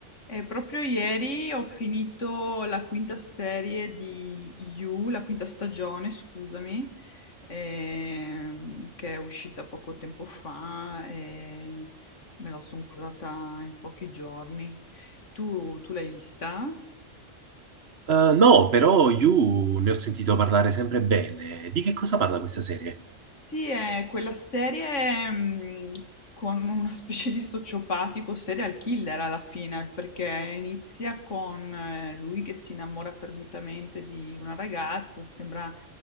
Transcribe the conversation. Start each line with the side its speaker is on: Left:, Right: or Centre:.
Left: E proprio ieri ho finito la quinta serie di You, la quinta stagione, scusami, ehm, che è uscita poco tempo fa e me la sono guardata in pochi giorni. Tu, tu l'hai vista?
Right: Eh, no, però You ne ho sentito parlare sempre bene. Di che cosa parla questa serie?
Left: Sì, è quella serie mh, con una specie di sociopatico serial killer alla fine, perché inizia con eh, lui che si innamora perdutamente di una ragazza, sembra